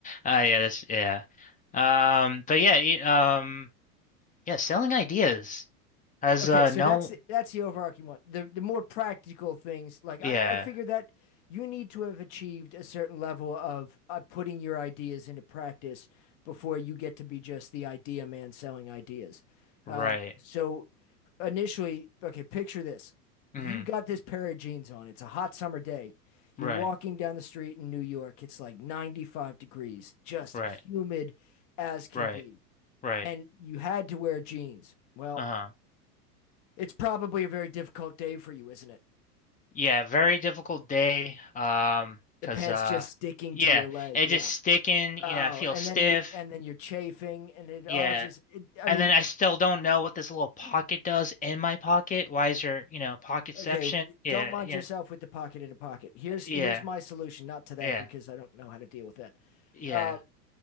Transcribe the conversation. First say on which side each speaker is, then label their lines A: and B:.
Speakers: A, on the left; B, on the left.
A: yeah, that's yeah. Um, but yeah, y- um, yeah. Selling ideas has
B: Okay,
A: uh
B: so
A: no.
B: that's that's the overarching one. The the more practical things, like
A: Yeah.
B: I, I figure that you need to have achieved a certain level of uh, putting your ideas into practice before you get to be just the idea man selling ideas. Um,
A: Right.
B: so initially, okay, picture this. You
A: Mm.
B: got this pair of jeans on. It's a hot summer day. You're
A: Right.
B: walking down the street in New York. It's like 95 degrees, just
A: Right.
B: humid as can
A: Right.
B: be.
A: Right.
B: And you had to wear jeans. Well,
A: Uh-huh.
B: it's probably a very difficult day for you, isn't it?
A: Yeah, very difficult day. Um,
B: The
A: 'cause
B: pants
A: uh
B: just sticking
A: yeah,
B: to your leg.
A: it
B: Yeah.
A: just sticking, you
B: Oh,
A: know, I feel
B: and
A: stiff.
B: then you and then you're chafing and it
A: Yeah.
B: all just it, I
A: And
B: mean,
A: then I still don't know what this little pocket does in my pocket. Why is there, you know, pocketception?
B: okay,
A: Yeah,
B: don't mind
A: you
B: yourself
A: know,
B: with the pocket in a pocket. Here's
A: yeah,
B: here's my solution, not to that
A: yeah,
B: because I don't know how to deal with that.
A: yeah.
B: Uh